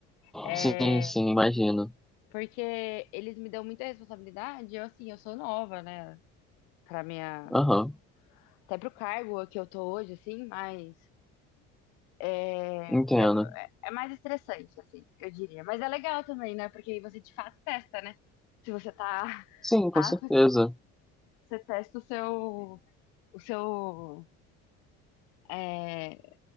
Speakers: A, on the left; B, in the centre.
A: É,
B: Sim, sim, imagino.
A: Porque eles me dão muita responsabilidade, eu assim, eu sou nova, né? Pra minha.
B: Aham,
A: Até pro cargo que eu tô hoje, assim, mas é,
B: entendo.
A: é, é mais estressante, assim, eu diria. Mas é legal também, né? Porque aí você de fato testa, né? Se você tá
B: Sim,
A: <laughs>
B: com
A: apto,
B: certeza.
A: você testa o seu, o seu, é,